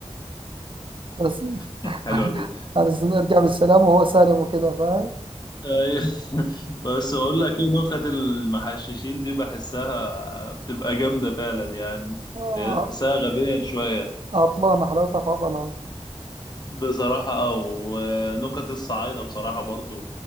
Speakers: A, on the right (about 45°); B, on the left (about 35°).
A: بس
B: <laughs>
A: <laughs>
B: الحلوة
A: على
B: دي
A: أساس إنه يرجع بالسلام وهو سالم وكده فاهم
B: أيوة. <laughs> بس اقول لك ايه نكت المحششين دي بحسها بتبقى جامده فعلا يعني
A: آه،
B: هي تحسها غبيه شويه
A: عطلانة حلاوتها في عضلها
B: وبصراحه اه ونكت الصعايده بصراحه برضو